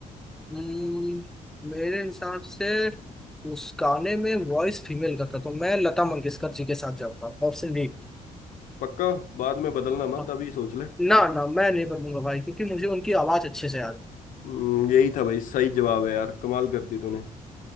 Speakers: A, in the centre; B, on the left.
A: हम्म, मेरे हिसाब से उस गाने में वॉइस फीमेल का था तो मैं लता मंगेशकर जी के साथ जाऊंगा Option B
B: पक्का बाद में बदलना मत
A: हाँ
B: अभी सोच ले
A: ना ना मैं नहीं बनूंगा भाई क्योंकि मुझे उनकी आवाज अच्छे से याद
B: हम्म, यही था भाई सही जवाब है यार कमाल कर दी तूने